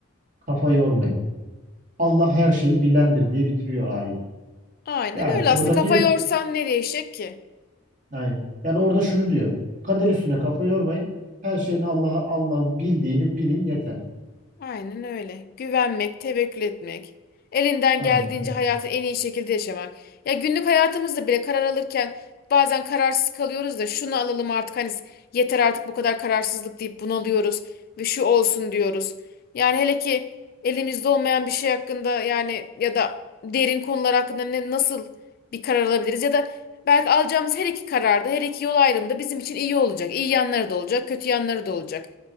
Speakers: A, on the right; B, on the left.
A: Kafa yormayın. Allah her şeyi bilendir diye bitiriyor ayet.
B: Aynen
A: Yani
B: öyle
A: orada
B: aslında kafa
A: diyor
B: yorsan nereye değişecek ki?
A: yani, yani orada şunu diyor. Kader üstüne kafa yormayın. Her şeyin Allah'a Allah'ın bildiğini bilin yeter.
B: Aynen öyle. Güvenmek, tevekkül etmek. Elinden
A: Aynen,
B: geldiğince
A: aynen.
B: hayatı en iyi şekilde yaşamak. Ya günlük hayatımızda bile karar alırken bazen kararsız kalıyoruz da şunu alalım artık hani yeter artık bu kadar kararsızlık deyip bunalıyoruz ve şu olsun diyoruz. Yani hele ki elimizde olmayan bir şey hakkında yani ya da derin konular hakkında ne nasıl bir karar alabiliriz ya da belki alacağımız her iki kararda her iki yol ayrımında bizim için iyi olacak. İyi yanları da olacak, kötü yanları da olacak.